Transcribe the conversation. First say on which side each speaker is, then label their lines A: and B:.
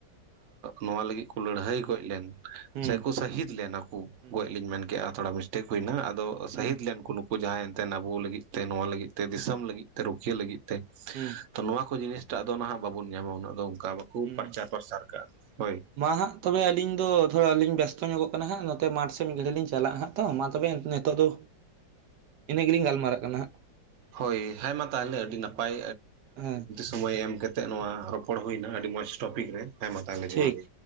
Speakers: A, on the right; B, on the right.
A: ᱱᱚᱣᱟ ᱞᱟᱹᱜᱤᱫ ᱠᱚ ᱞᱟᱹᱲᱦᱟᱹᱭ ᱜᱚᱡ ᱞᱮᱱ
B: ᱦᱩᱸ
A: ᱥᱮᱠᱚ ᱥᱟᱹᱦᱤᱫ ᱞᱮᱱᱟᱠᱚ
B: ᱦᱩᱸ
A: ᱜᱚᱡ ᱞᱤᱧ ᱢᱮᱱ ᱠᱮᱫᱮᱜ-ᱟ ᱛᱷᱚᱲᱟ ᱢᱤᱥᱴᱮᱠ ᱦᱩᱭᱱᱟ ᱟᱫᱚ ᱥᱟᱹᱦᱤᱫ
B: ᱦᱩᱸ
A: ᱞᱮᱱ ᱠᱚ ᱱᱩᱠᱩ᱾ ᱩᱱᱠᱩ ᱡᱟᱦᱟᱸᱭ ᱮᱱᱛᱮ ᱟᱵᱚ ᱞᱟᱹᱜᱤᱫ ᱛᱮ ᱱᱚᱣᱟ ᱞᱟᱹᱜᱤᱫ ᱛᱮ ᱫᱤᱥᱚᱢ ᱞᱟᱹᱜᱤᱫ ᱛᱮ ᱨᱩᱠᱷᱤᱭᱟᱹ ᱞᱟᱹᱜᱤᱫ ᱛᱮ
B: ᱦᱩᱸ
A: ᱛᱚ ᱱᱚᱣᱟ ᱠᱚ ᱡᱤᱱᱤᱥᱴᱟᱜ ᱫᱚ ᱱᱟᱦᱟᱜ ᱵᱟᱵᱚᱱ ᱧᱟᱢᱟ ᱩᱱᱟᱹᱜ ᱫᱚ ᱚᱱᱠᱟ ᱵᱟᱠᱚ
B: ᱦᱩᱸ
A: ᱯᱟᱨᱪᱟᱨ ᱯᱨᱟᱨᱪᱟᱨ ᱠᱟᱜ-ᱟ ᱦᱳᱭ
B: ᱢᱟ ᱦᱟᱸᱜ ᱛᱚᱵᱮ ᱟᱹᱞᱤᱧ ᱫᱚ ᱛᱷᱚᱲᱟ ᱞᱤᱧ ᱵᱮᱥᱛᱚ ᱧᱚᱜᱚᱜ ᱠᱟᱱᱟ ᱦᱟᱸᱜ ᱱᱚᱛᱮ ᱢᱟᱴᱷ ᱥᱮ ᱢᱤᱫ ᱜᱷᱟᱹᱲᱤᱡ ᱞᱤᱧ ᱪᱟᱞᱟᱜ ᱦᱟᱸᱜ ᱛᱚ ᱢᱟ ᱛᱚᱵᱮ ᱱᱤᱛᱚᱜ ᱫᱚ ᱤᱱᱟᱹᱜ ᱜᱮ ᱞᱤᱧ ᱜᱟᱞᱢᱟᱨᱟᱜ ᱠᱟᱱᱟ ᱦᱟᱸᱜ
A: ᱦᱳᱭ ᱦᱮᱸ ᱢᱟ ᱛᱟᱦᱚᱞᱮ ᱟᱹᱰᱤ ᱱᱟᱯᱟᱭ᱾
B: ᱦᱮᱸ
A: ᱥᱚᱢᱚᱭ ᱮᱢ ᱠᱟᱛᱮᱮᱫ ᱱᱚᱣᱟ ᱨᱚᱯᱚᱲ ᱦᱩᱭᱱᱟ ᱟᱹᱰᱤ ᱢᱚᱸᱡᱽ ᱴᱚᱯᱤᱠ ᱨᱮ ᱦᱮᱸ ᱢᱟ ᱛᱟᱦᱚᱞᱮ
B: ᱴᱷᱤᱠ
A: ᱡᱚᱦᱟᱨ ᱜᱮ᱾